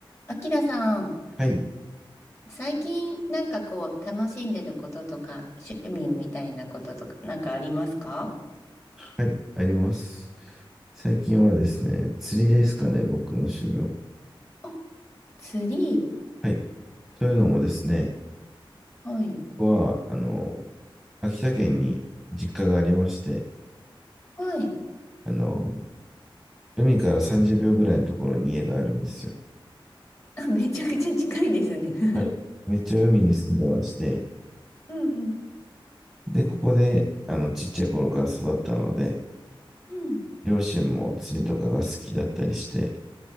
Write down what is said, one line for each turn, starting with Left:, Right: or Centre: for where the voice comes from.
Left: あきらさん、
Centre: はい、
Left: 最近なんかこう楽しんでることとか趣味みたいなこととかなんかありますか
Centre: はい、あります。最近はですね、釣りですかね、僕の趣味は。
Left: あ、釣り。
Centre: はい。というのもですね、
Left: はい。
Centre: 僕は、あの、秋田県に実家がありまして、
Left: はい。
Centre: あの、海から30秒ぐらいのところに家があるんですよ。
Left: あ、めちゃくちゃ近いですね <laughs>
Centre: はい。めっちゃ海に住んでまして、
Left: うん
Centre: で、ここで、あの、ちっちゃい頃から育ったので、
Left: うん。
Centre: 両親も釣りとかが好きだったりして、